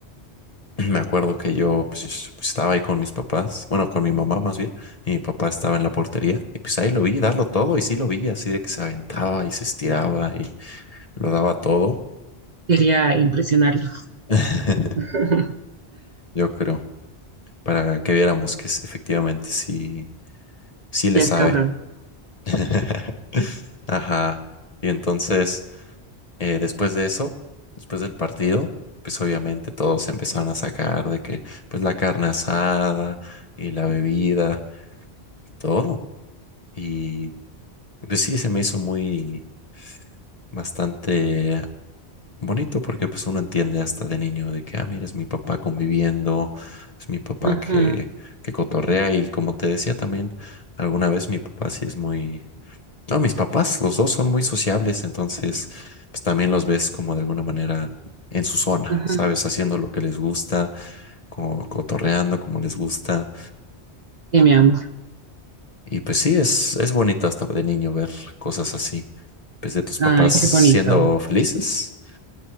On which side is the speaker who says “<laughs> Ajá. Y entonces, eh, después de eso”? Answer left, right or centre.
Left